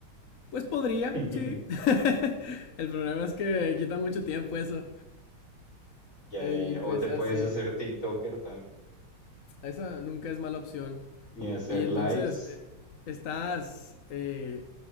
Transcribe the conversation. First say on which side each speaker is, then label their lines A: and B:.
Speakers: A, on the left; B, on the left.
A: pues podría,
B: <laughs>
A: sí. <laughs> El problema es que quita mucho tiempo eso.
B: Ya,
A: Eh,
B: ya, ya.
A: y pues
B: O te
A: así,
B: puedes hacer TikToker
A: esa nunca es mala opción.
B: Y hacer
A: Y entonces,
B: lives,
A: eh, ¿estás, eh,